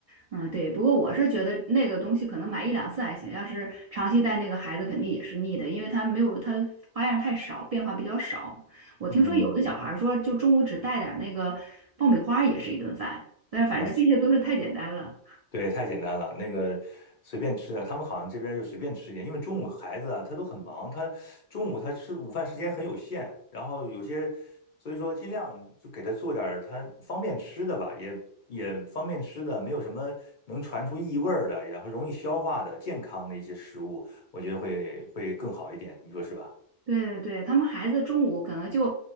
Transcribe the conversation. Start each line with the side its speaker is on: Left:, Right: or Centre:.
Right: 嗯，对。不过我是觉得那个东西可能买一两次还行，要是长期带那个孩子肯定也是腻的，因为他没有他花样太少，变化比较少。我听说有的小孩儿说，
Left: 嗯，
Right: 就中午只带点儿那个爆米花儿也是一顿饭，但是反正这些都是太简单了。
Left: 嗯，对，太简单了，那个随便吃的，他们好像这边就随便吃一点，因为中午孩子啊，他都很忙，他中午他吃午饭时间很有限，然后有些，所以说尽量就给他做点儿他方便吃的吧，也也方便吃的，没有什么能传出异味儿的，然后容易消化的健康的一些食物，我觉得会会更好一点，你说是吧？
Right: 对对对，他们孩子中午可能就，